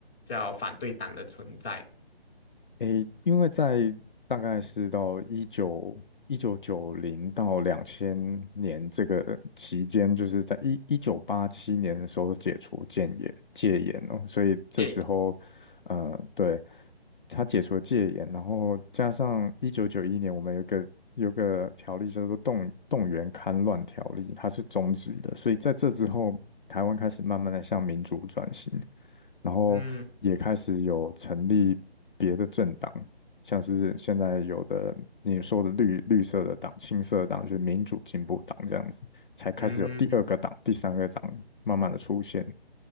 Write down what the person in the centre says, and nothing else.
叫反对党的存在。
对，
嗯
嗯，嗯